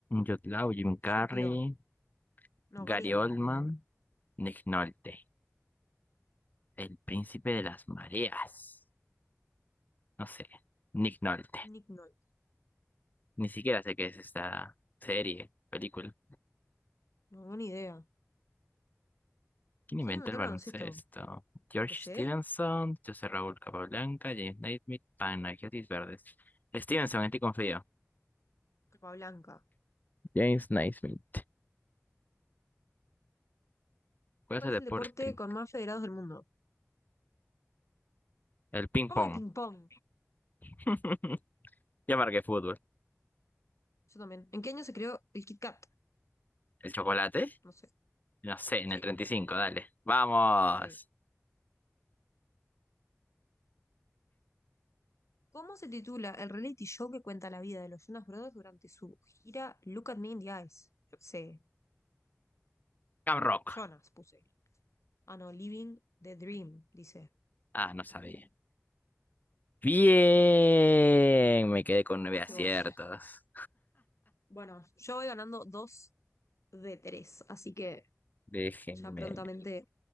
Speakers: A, on the left (about 35°); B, on the left (about 75°).
A: Yotlao, Jim Carrey.
B: Jude Law. No,
A: Gary
B: Gary Oldman,
A: Oldman.
B: más bueno.
A: Nick Nolte. El príncipe de las mareas. No sé. Nick Nolte.
B: Nick Nolte.
A: Ni siquiera sé qué es esta serie, película.
B: No tengo ni idea.
A: ¿Quién
B: ¿Quién
A: inventó
B: inventó
A: el baloncesto?
B: el baloncesto?
A: George
B: Lo que sé.
A: Stevenson, José Raúl Capablanca, James Naismith, Panagiotis Verdes. Stevenson, en ti confío.
B: blanca
A: James Naismith. ¿Cuál
B: ¿Cuál
A: es el
B: es
A: deporte?
B: el deporte con más federados del mundo?
A: El ping-pong.
B: ¿Cómo que ping-pong?
A: <laughs> Ya marqué fútbol.
B: Yo también. ¿En qué año se creó el Kit Kat?
A: ¿El chocolate?
B: No sé.
A: No sé, en
B: Sí,
A: el 35, dale. ¡Vamos!
B: sí. ¿Cómo se titula el reality show que cuenta la vida de los Jonas Brothers durante su gira Look at Me in the Eyes? Yo qué sé.
A: Cam Rock.
B: Jonas puse. Ah, no, Living the Dream, dice.
A: Ah, no sabía. Bien, me quedé con nueve
B: Hazte
A: aciertos.
B: vos. Bueno, yo voy ganando dos de tres, así que
A: Déjenme.
B: ya prontamente